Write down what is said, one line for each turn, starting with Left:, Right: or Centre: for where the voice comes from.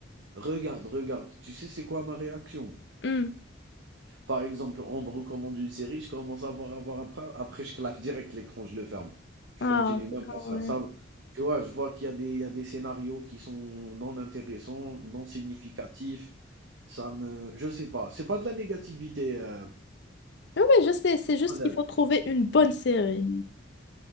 Right: Regarde, regarde, tu sais c'est quoi ma réaction?
Left: Hmm.
Right: Par exemple, on me recommande une série, je commence à voir, à voir après après je claque direct l'écran, je le ferme. Je
Left: Ah,
Right: continue même
Left: c'est grave,
Right: pas ça
Left: ouais.
Right: ça tu vois? Je vois qu'il y a des il y a des scénarios qui sont non intéressants, non significatifs. Ça me je sais pas, c'est pas de la négativité, heu,
Left: Oui, oui, je sais, c'est
Right: mademoiselle.
Left: juste qu'il faut trouver une bonne série.